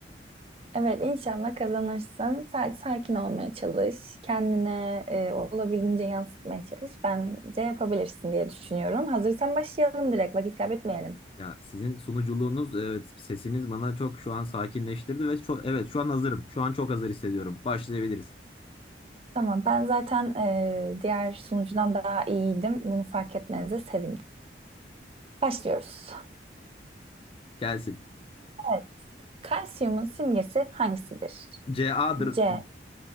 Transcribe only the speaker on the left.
Ya sizin sunuculuğunuz, evet sesiniz bana çok şu an sakinleştirdi ve çok evet şu an hazırım. Şu an çok hazır hissediyorum. Başlayabiliriz.
Gelsin.
CA'dır.